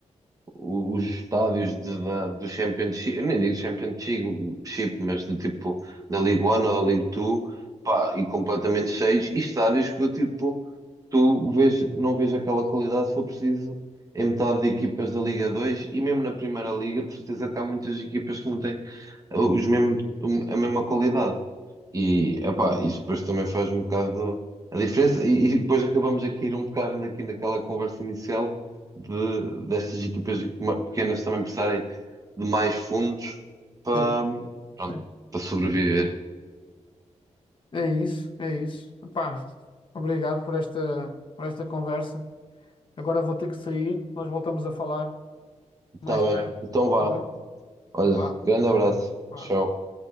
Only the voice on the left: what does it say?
Sim,
sim.
É isso, é isso. Epá, obrigado por esta, por esta conversa. Agora vou ter que sair. Nós voltamos a falar mais
tarde,
está bem?
Então vá.
Ah, ah.